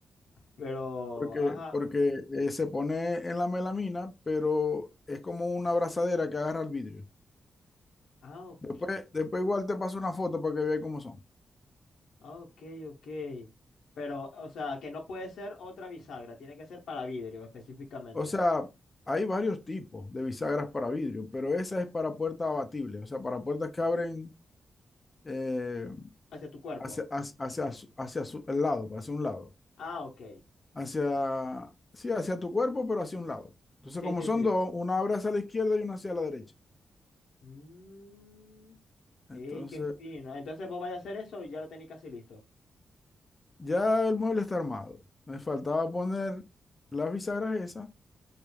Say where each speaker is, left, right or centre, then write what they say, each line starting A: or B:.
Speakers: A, on the left (about 80°); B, on the left (about 20°).
A: Pero,
B: porque,
A: ajá.
B: porque eh, se pone en la melamina, pero es como una abrazadera que agarra el vidrio.
A: Ah, ok.
B: Después, después igual te paso una foto para que veas cómo son.
A: Ah, ok, ok. Pero, o sea, que no puede ser otra bisagra, tiene que ser para vidrio específicamente,
B: O sea, hay varios tipos de bisagras para vidrio, pero esa es para puertas abatibles, o sea, para puertas que abren eh,
A: hacia tu cuerpo.
B: hacia, hacia, hacia, su- hacia su- el lado, hacia un lado.
A: Ah, ok.
B: hacia, sí, hacia tu cuerpo, pero hacia un lado. Entonces,
A: Sí,
B: como
A: sí,
B: son
A: sí.
B: dos, una abre hacia la izquierda y una hacia la derecha.
A: Mm.
B: Entonces,
A: ¡Ey, qué fino! Entonces vos vais a hacer eso y ya lo tenéis casi listo.
B: ya el mueble está armado. Me faltaba poner las bisagras esas.